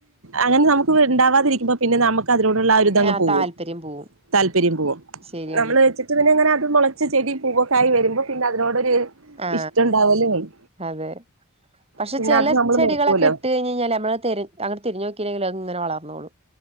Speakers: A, on the right; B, on the right.
A: അങ്ങനെ നമുക്ക് ഇണ്ടാവാതിരിക്കുമ്പോ പിന്നെ നമക്ക് അതിനോടുള്ള ആ ഒരു ഇതങ്ങ്
B: ആഹ്
A: പോകും
B: താല്പര്യം പോവും
A: താല്പര്യം പോകും
B: ശരിയാണ്
A: നമ്മള് വെച്ചിട്ട് പിന്നെങ്ങനെ അത് മുളച്ച് ചെടി പൂവക്കായി വരുമ്പോൾ പിന്നെ അതിനോടൊരു
B: ആ
A: ഇഷ്ടണ്ടാവലും
B: അതെ പക്ഷെ
A: പിന്നെ
B: ചില
A: അത് നമ്മള്
B: ചെടളൊക്കെ
A: നോക്കുവല്ലോ
B: ഇട്ട് കഴഞ് കഴിഞ്ഞൽ നമ്മൾ തിരി തിഞ് നോക്കില്ലെങ്കിൽ അങ്ങ് വളർന്നോളൂ